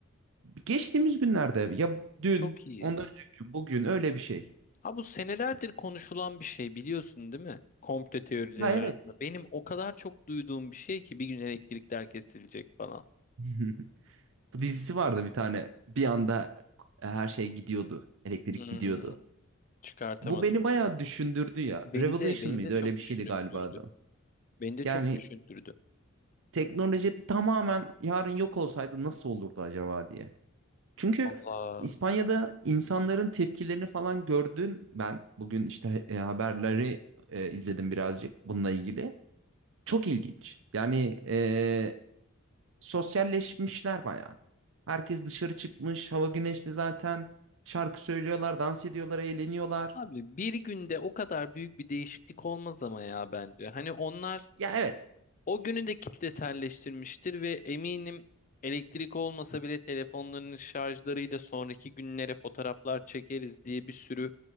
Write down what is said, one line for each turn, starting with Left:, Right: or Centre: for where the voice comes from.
Right: Geçtiğimiz günlerde ya dün,
Left: Çok iyi.
Right: ondan önceki gün, bugün öyle bir şey.
Left: Ha bu senelerdir konuşulan bir şey biliyorsun değil mi? Komplo teorileri
Right: Ya evet.
Left: arasında. Benim o kadar çok duyduğum bir şey ki bir gün elektrikler kesilecek falan.
Right: <laughs> Bu dizisi vardı bir tane. Bir anda e, her şey gidiyordu. Elektrik
Left: Hmm,
Right: gidiyordu.
Left: çıkartamadım.
Right: Bu beni bayağı düşündürdü ya.
Left: Beni
Right: Revolution
Left: de beni
Right: mıydı?
Left: de çok
Right: Öyle bir
Left: düşündürdü.
Right: şeydi galiba adı.
Left: Beni de
Right: Yani
Left: çok düşündürdü.
Right: teknoloji tamamen yarın yok olsaydı nasıl olurdu acaba diye. Çünkü
Left: Allah.
Right: İspanya'da insanların tepkilerini falan gördün ben. Bugün işte e, haberleri e, izledim birazcık bununla ilgili. Çok ilginç. Yani e, sosyalleşmişler bayağı. Herkes dışarı çıkmış, hava güneşli zaten. Şarkı söylüyorlar, dans ediyorlar, eğleniyorlar.
Left: Abi bir günde o kadar büyük bir değişiklik olmaz ama ya bence. Hani onlar
Right: Ya evet,
Left: O günü de kitleselleştirmiştir ve eminim elektrik olmasa bile telefonlarının şarjlarıyla sonraki günlere fotoğraflar çekeriz diye bir sürü